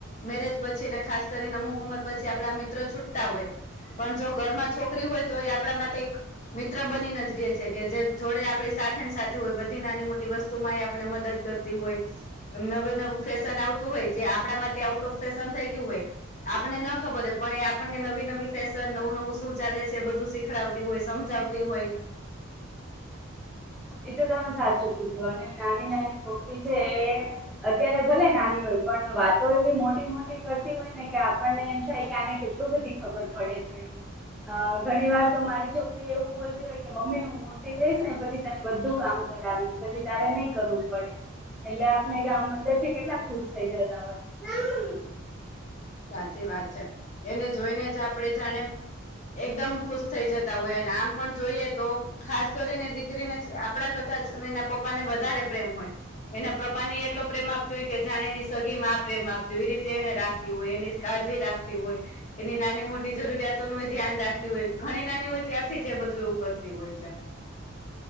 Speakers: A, on the left; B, in the centre.
A: મેરેજ પછી ને ખાસ કરીને અમુક ઉંમર પછી આપણા મિત્ર છૂટતા હોય પણ જો ઘરમાં છો કરી હોય તો એ આપણા માટે એક મિત્ર બની નજરીએ છે, કે જે જોડે આપડી સાથે સાથે હોય બધી નાની મોટી વસ તુ માય આપણે મદદ કરતી હોય નવું નવું ફેશન આવતું હોય જે આપણા માટે આઉટ ઓફ ફેશન થઈ ગયું હોય આપણને ન ખબર હો પણ એ આપણને નવી નવી ફેશન નવું નવું શું ચાલે છે, બધું શીખડાવતી હોય સમજાવતી હોય
B: એ તો તમે સાચું કીધું અને નાની નાની છોકરી છે, એ અત્યારે ભલે નાની હોય પણ વાતો એવી મોટી મોટી કરતી હોય ને કે આપણને એમ થાય કે આને કેટલુ બધી ખબર પડે છે. અ ઘણી વાર તો મારી છોકરી એવું બોલતી હોય કે મમ્મી હું મોટી થઈશ ને પછી તને બધું કામ કરાવીશ પછી તારે નહી કરવું પડે એટલે આપને ગામ <unintelligible> મંદર થી કેટલા ખુશ થઇ જતા હોય
A: સાચી વાત છે, એને જોઈને જ આપણેે જાણે એકદમ ખુશ થઈ જતા હોય અને આમ પણ જોઈએ તો ખાસ કરીને દીકરીને આપડા કરતા એના પપ્પા ને વધારે પ્રેમ હોય એના પપ્પાને એટલો પ્રેમ આપતી હોય કે જાણે ની સગી માં આ પ્રેમ આપતી હોય એવી રીતે એને રા તી હોય એની કાળજી રાખતી હોય એની નાની મોટી જરૂરિયાતો નુ ધ્યાન રાખતી હોય ઘણી નાની હોય ત્યારથી જ બધું એવું કરતી હોય છે.